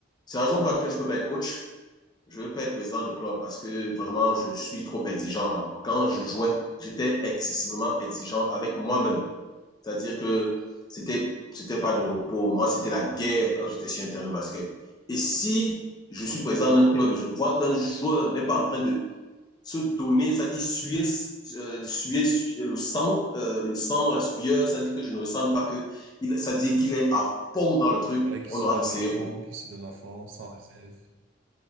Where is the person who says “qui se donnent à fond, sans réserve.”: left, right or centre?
Right